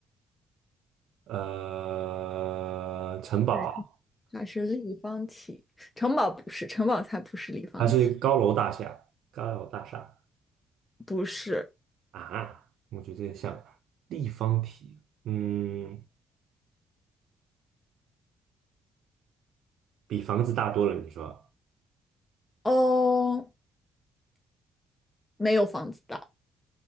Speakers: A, on the right; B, on the left.
A: 呃，城堡。
B: 对，它它是立方体。城堡不是，城堡才不是立方体，
A: 还是一个高楼大厦，高楼大厦
B: 不是。
A: 啊，我觉得像立方体，嗯，比房子大多了。你说
B: 哦，没有房子大，